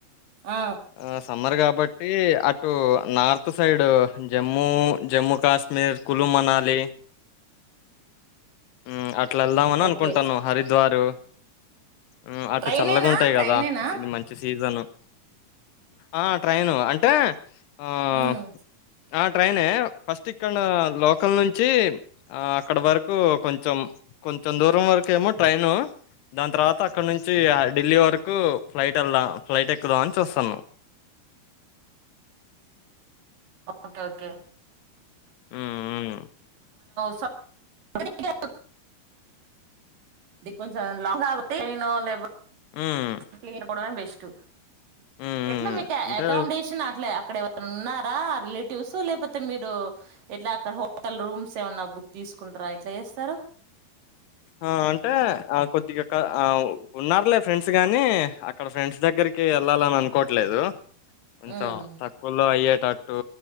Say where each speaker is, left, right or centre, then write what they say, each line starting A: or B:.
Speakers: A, on the right; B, on the left.
A: ఆ
B: ఆ సమ్మర్ కాబట్టి అటు నార్త్ సైడ్ జమ్మూ జమ్మూ కాశ్మీర్ కులు మనాలి అట్ అట్లేదమన
A: ఓకే
B: అనుకుంటున్నాం హరిద్వారు హుమ్ అటు
A: ట్రైనేనా
B: చల్లగా ఉంటాయి
A: ట్రైనేనా
B: కదా ఇది మంచి సీజను ఆ ట్రైను అంటే ఆహ్,
A: హుమ్
B: ఆ ట్రైనే ఫస్ట్ ఇక్కడ లోకల్ నుంచి అక్కడ వరకు కొంచెం కొంచెం దూరం వరకు ఏమో ట్రైను దాని తర్వాత అక్కడ నుంచి ఢిల్లీ వరకు ఫ్లైట్ వెళదా ఫ్లైట్ ఎక్కుదాం ఆని చూస్తున్నాం
A: ఒక్ ఓకే ఓకే
B: హ్మ్. హ్మ్.
A: స లే <unintelligible> <unintelligible>
B: హ్మ్.
A: <inaudible> స్ట్
B: హ్మ్. హ్మ్.
A: ఎట్లా మీకు
B: అంటే
A: ఎకోమిడేషన్ అట్లే అక్కడ ఎవరైనా ఉన్నారా రిలేటివ్స్ లేకపోతే మీరు ఎట్లా అక్కడ హోటల్ రూమ్స్ ఏమన్నా బుక్ తీసుకుంటార ఎట్లా చేస్తారు
B: ఆ అంటే ఆ కొద్దిగా ఆ ఉన్నారులే ఫ్రెండ్స్ గానీ అక్కడ ఫ్రెండ్స్ దగ్గరికి వెళ్ళాలని అనుకోవట్లేదు కొంచెం
A: ఉమ్,
B: తక్కువలో అయ్యేట్ టట్టు